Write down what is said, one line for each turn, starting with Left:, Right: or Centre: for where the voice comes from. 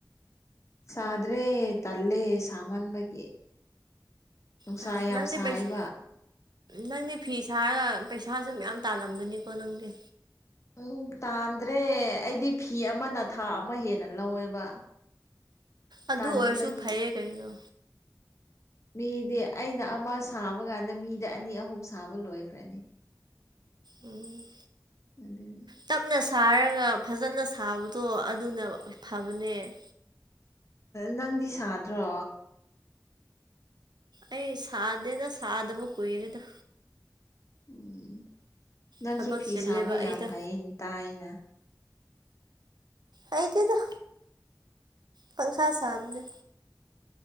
Left: ꯁꯥꯗ꯭ꯔꯦ ꯇꯂꯦ ꯁꯃꯥꯟꯕꯒꯤ ꯅꯨꯡꯁꯥ
Right: ꯑꯁ
Left: ꯌꯥꯝ
Right: ꯅꯪꯗꯤ
Left: ꯁꯥꯏꯕ
Right: ꯄꯩꯁꯥ ꯅꯪꯗꯤ ꯐꯤ ꯁꯥꯔꯒ ꯄꯩꯁꯥꯁꯨ ꯃꯌꯥꯝ ꯇꯥꯜꯂꯝꯒꯅꯤꯀꯣ ꯅꯪꯗꯤ
Left: ꯎꯝ ꯇꯥꯟꯗ꯭ꯔꯦ ꯑꯩꯗꯤ ꯐꯤ ꯑꯃꯅ ꯊꯥ ꯑꯃ ꯍꯦꯟꯅ ꯂꯧꯋꯦꯕ
Right: ꯑꯗꯨ
Left: ꯇꯟꯕꯒꯤ
Right: ꯑꯣꯏꯔꯁꯨ ꯐꯩꯌꯦ ꯀꯩꯅꯣ
Left: ꯃꯤꯗꯤ ꯑꯩꯅ ꯑꯃ ꯁꯥꯕ ꯀꯥꯟꯗ ꯃꯤꯗ ꯑꯅꯤ ꯑꯍꯨꯝ ꯁꯥꯕ ꯂꯣꯏꯈ꯭ꯔꯅꯤ
Right: ꯎꯝ
Left: ꯑꯗꯨꯗꯅꯦ
Right: ꯇꯞꯅ ꯁꯥꯔꯒ ꯐꯖꯅ ꯁꯥꯕꯗꯣ ꯑꯗꯨꯅ ꯐꯕꯅꯦ
Left: ꯅꯪꯗꯤ ꯁꯥꯗ꯭ꯔꯣ
Right: ꯑꯩ ꯁꯥꯗꯦꯗ ꯁꯥꯗꯕ ꯀꯨꯏꯔꯦꯗ
Left: ꯎꯝ ꯅꯪꯁꯨ
Right: ꯊꯕꯛ
Left: ꯐꯤ
Right: ꯆꯤꯜꯂꯦꯕ
Left: ꯁꯥꯕ ꯌꯥꯝ
Right: ꯑꯩꯗꯣ
Left: ꯍꯥꯏꯌꯦꯅ ꯇꯥꯏꯅ
Right: ꯑꯩꯇꯦꯗ ꯄꯪꯁꯥ ꯁꯥꯕꯅꯦ